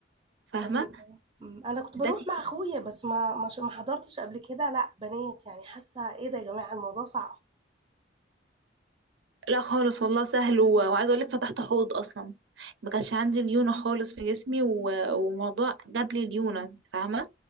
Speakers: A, on the right (about 70°); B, on the right (about 25°).
A: فاهمة
B: ايوه مم. انا كنت
A: ده
B: بروح
A: كان...
B: مع اخويا بس ما ما ش- ما حضرتش قبل كده لا بنات يعني حاسة ايه ده يا جماعة الموضوع صعب
A: لأ خالص والله سهل و... وعايزة أقولك فتحت حوض أصلا ما كانش عندي ليونة خالص في جسمي و... وموضوع جاب لي ليونة فاهمة